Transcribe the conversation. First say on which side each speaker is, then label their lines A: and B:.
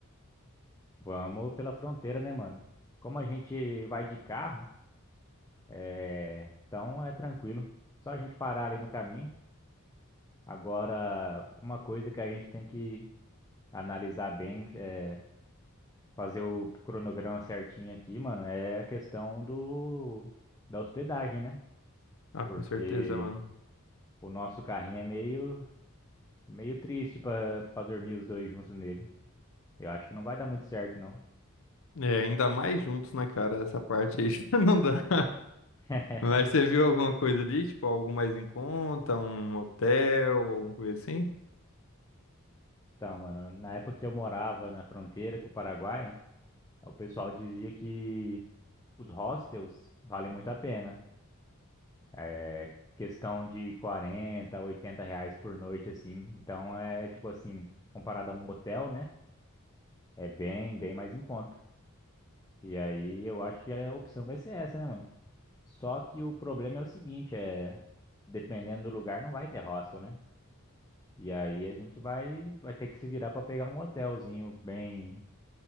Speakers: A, on the left (about 15°); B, on the left (about 65°).
A: Vamos pela fronteira, né, mano? Como a gente vai de carro. É, então é tranquilo. Só a gente parar ali no caminho. Agora, uma coisa que a gente tem que analisar bem, é fazer o cronograma certinho aqui, mano, é a questão do da hospedagem, né?
B: Ah,
A: Porque
B: com certeza, mano.
A: o nosso carrinho é meio meio triste pra para dormir os dois juntos nele. Eu acho que não vai dar muito certo, não.
B: É, ainda mais juntos, né, cara? Essa parte aí <laughs> já não dá.
A: <laughs>
B: Mas você viu alguma coisa ali? Tipo, algo mais em conta? Um hotel, alguma coisa assim?
A: Então, mano, na época que eu morava na fronteira com o Paraguai, o pessoal dizia que os hostels valem muito a pena. É questão de 40, 80 reais por noite, assim. Então é tipo assim, comparado a um motel, né? É bem, bem mais em conta. E aí eu acho que a opção vai ser essa, né, mano? Só que o problema é o seguinte, é dependendo do lugar não vai ter hostel, né? E aí a gente vai vai ter que se virar pra pegar um hotelzinho bem